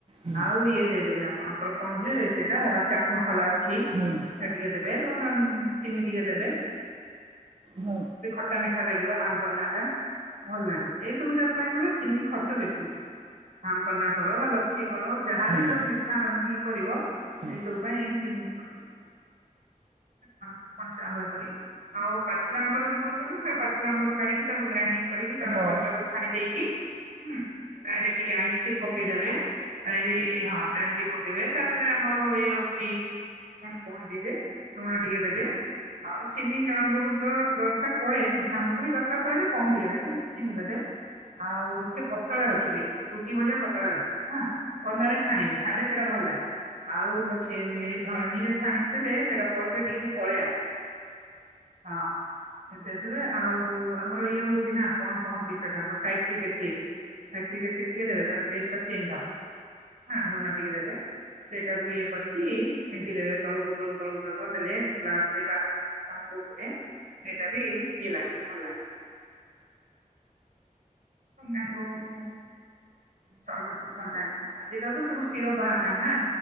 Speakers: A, on the right (about 45°); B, on the right (about 80°).
A: ହୁଁ
B: ଆଉ ଇଏ ଦେଇଦେବେ ଆଉ ଆପଣଙ୍କର କଣ ଯେ ସେଇଟା ଚାଟ୍ ମସଲା ଅଛି।
A: ହୁଁ
B: ସେ ଟିକେ ଦେବେ। ନ ଚିନି ଟିକେ ଦେବେ।
A: ହ।
B: କାଠା ମିଠା ଲାଗିବ ଆମ ପନ୍ନାଟା ଭଲ ଲାଗେ। ଏଇ ସବୁ ଯାକ ପାଇଁ ଗଲେ ଚିନି ଖର୍ଚ୍ଚ ବେଶୀ। ଆମ ପନ୍ନା କର ବା ଲସି କର ଯାହାବି
A: ହୁଁ
B: ତମେ ମିଠା ରନ୍ଧିକ କରିବ
A: ହୁଁ
B: ଏଇ ସବୁ ପାଇଁ ଚି <unintelligible> ଆଉ ପାଚିଲା ଆମ୍ବର କରୁଛନ୍ତି ସେ ପାଚଲା ଆମ୍ବକୁ କାଢିକି ତାକୁ ଗ୍ରାଇଡିଙ୍ଗ କରିକି ତାର
A: ହଁ
B: ପରତାକୁ ଛାଣି ଦେଇକି। ହୁଁ ତାର ଟିକେ ଆଇସ୍ କ୍ୟୁବ୍ ପକେଇଦେବେ ତାର ହଁ ତାର ପକେଇବେ। ତାପରେ ଆମର ଇଏ ଅଛି। କଣ କୁହନ୍ତି ଯେ ଲୁଣ ଟିକେ ଦେବେ ଆଉ ଚିନିମ୍ୱୁତ ତ ଦରକାର। ପରେ ମିଠା ଆମ୍ବକୁ ବି ଦରକାର ପଡେ ଯେ କମ ଟିକେ ଲାଗେ ଚିନି। <unintelligible> ଆଉ ଟିକେ ପତଳା ରଖିବେ, ରୁଟି ଭଳିଆ ପତଳା ରଖିବେ। ହାଁ କାନରେ ଛାଣିବେ ଛାଣିଲେ ସେଇଟା ଭଲ ହେଲା ଆଉ ଧଣୀରେ ଛାଣି ଦେଲେ ସେଟା ଟିକେ ଟିକେ ପଳେଇ ଆସିବ ହଁ। ସେ ଦେଇଥିବେ ଆଉ ଆମର ଇଏ ହଉଛି ନା କଣ କହନ୍ତି ସେଟା ସାଇଟ୍ରକ୍ ଏସିଡ। ସେ ଟିକେ ସେ ଟିକେ ଦେ ତାର ଟେଷ୍ଟ ଚେଞ୍ଜ ହବ ଲୁଣ ଟିକେ ଦେବେ। ସେଇଟାକୁୁ ବି ଇଏ କରିକି ଫେଣ୍ଟି ଦେବେ ତଳକୁ ଉପରକୁ ତଳ ଉପର କରିଦେଲେ ଗ୍ଲାସରେ ପା ତାହାକୁ ଉପରେ ସେଇଟା ବି ଇଏ ଲାଗେ ଭଲ ଲାଗେ। <unintelligible> ସରବତ <unintelligible> ଭଲ ଲାଗେ ଆଜିକାଲି ତ ସବୁ ସୀରପ ବାହାରିଲାଣି ନା।